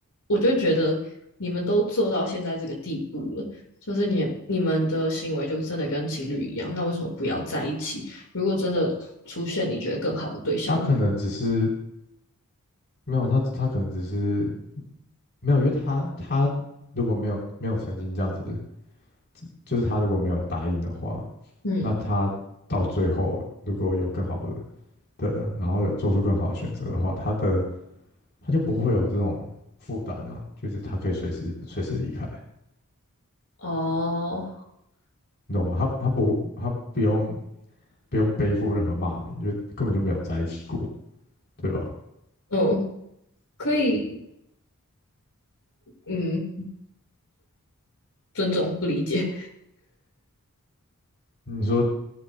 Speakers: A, on the left; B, on the left.
A: 我就觉得你们都做到现在这个地步了，就是你你们的行为就真的跟情侣一样，那为什么不要在一起？如果真的出现你觉得更好的对象，
B: 他可能只是没有他，他可能只是没有，因为他他如果没有没有曾经这样子，就是他如果没有答应的话，
A: 嗯，
B: 那他到最后如果有更好的的，然后有做出更好的选择的话，他的他就不会有这种负担啊，就是他可以随时随时离开，
A: 哦，
B: 你懂吗？他他不他不用不用背负任何骂名，因为根本就没有在一起过，对吧？
A: 哦，可以，嗯，尊重不理解，
B: 你说